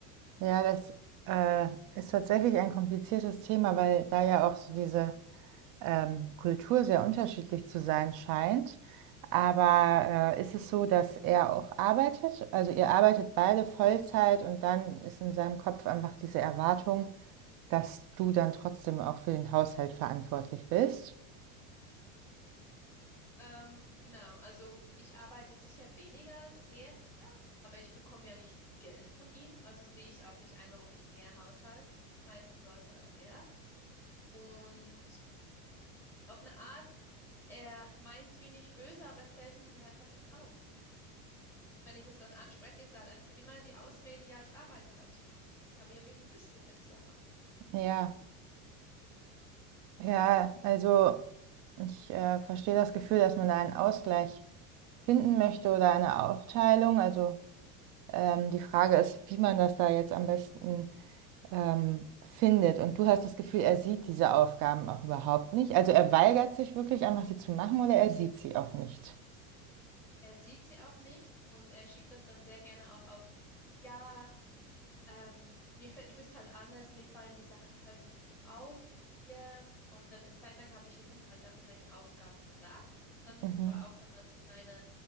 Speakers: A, on the right (about 50°); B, in the centre.
A: ja, das äh, ist tatsächlich ein kompliziertes Thema, weil da ja auch so diese ähm, Kultur sehr unterschiedlich zu sein scheint. Aber äh, ist es so, dass er auch arbeitet? Also ihr arbeitet beide Vollzeit und dann ist in seinem Kopf einfach diese Erwartung, dass du dann trotzdem auch für den Haushalt verantwortlich bist.
B: Ähm, genau, also ich arbeite sicher weniger als er, aber ich bekomme ja nicht Geld von ihm, also sehe ich auch nicht ein, warum ich mehr Haushalt schmeißen sollte als er. Und auf eine Art, er meint es wie nicht böse, aber es fällt ihm halt einfach nicht auf. Und wenn ich es dann anspreche, ist halt einfach immer die Ausrede, ja, ich arbeite halt zu viel. Und ich so, ja, aber ja, wir müssen es ja machen.
A: Ja, ja, also ich äh, verstehe das Gefühl, dass man da einen Ausgleich finden möchte oder eine Aufteilung. Also ähm, die Frage ist, wie man das da jetzt am besten ähm, findet. Und du hast das Gefühl, er sieht diese Aufgaben auch überhaupt nicht. Also er weigert sich wirklich einfach, sie zu machen oder er sieht sie auch nicht.
B: Er sieht sie auch nicht und er schiebt das dann sehr gerne auch auf, ja, ähm, mir fällt, du bist halt anders, mir fallen die Sachen halt nicht so auf wie dir. Und dann eine Zeit lang habe ich ihm dann halt auch immer die Aufgaben gesagt und dann
A: Mhm.
B: war auch dann mal so seine